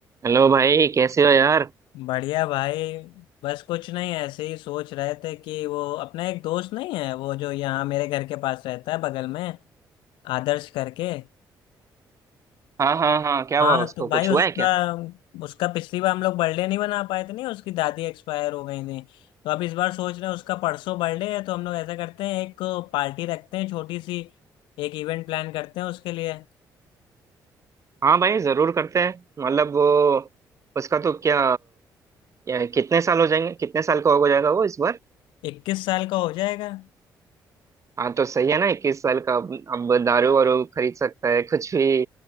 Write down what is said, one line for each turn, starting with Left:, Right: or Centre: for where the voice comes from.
Right: Hello भाई कैसे हो यार
Left: बढ़िया भाई बस कुछ नहीं ऐसे ही सोच रहे थे कि वो अपना एक दोस्त नहीं है वो जो यहाँ मेरे घर के पास रहता है बगल में आदर्श करके
Right: हाँ हाँ हाँ क्या
Left: हाँ
Right: हुआ उसको
Left: तो भाई
Right: कुछ
Left: उसका
Right: हुआ है क्या
Left: उसका पिछली बार हम लोग बर्थडे नहीं बना पाए थे नहीं उसकी दादी एक्सपायर हो गई थी तो अब इस बार सोच रहे हैं उसका परसों बर्थडे है तो हम लोग ऐसा करते हैं एक पार्टी रखते हैं छोटी सी एक इवेंट प्लान करते हैं उसके लिए
Right: हाँ भाई जरूर करते हैं मतलब वो उसका तो क्या या कितने साल हो जाएंगे कितने साल का हो जाएगा वो इस बार
Left: इक्कीस साल का हो जाएगा
Right: हाँ तो सही है ना इक्कीस साल का अब अब दारू वारू खरीद सकता है कुछ भी